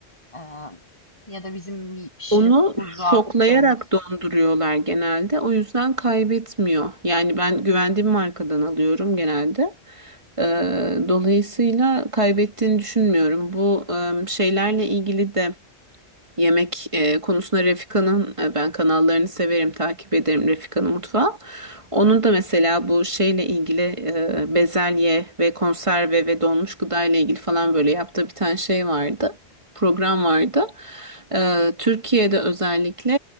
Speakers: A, on the left; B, on the right.
A: E, ya da bizim bir pişirip
B: Onu
A: buzluğa
B: şoklayarak
A: attıklarımız.
B: donduruyorlar genelde. O yüzden kaybetmiyor. Yani ben güvendiğim markadan alıyorum genelde. Ee, dolayısıyla kaybettiğini düşünmüyorum. Bu e, şeylerle ilgili de Yemek e, konusunda Refika'nın e, ben kanallarını severim, takip ederim Refika'nın mutfağı. Onun da mesela bu şeyle ilgili e, bezelye ve konserve ve donmuş gıda ile ilgili falan böyle yaptığı bir tane şey vardı. Program vardı. E, Türkiye'de özellikle